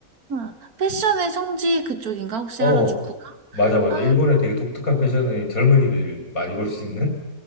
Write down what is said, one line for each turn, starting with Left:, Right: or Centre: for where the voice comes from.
Right: 아, 패션의
Left: 음.
Right: 성지 그쪽인가? 혹시
Left: 어,
Right: 하라주쿠가?
Left: 맞아 맞아.
Right: 아,
Left: 일본에 되게 독특한 패션의 젊은이들 많이 볼 수 있는.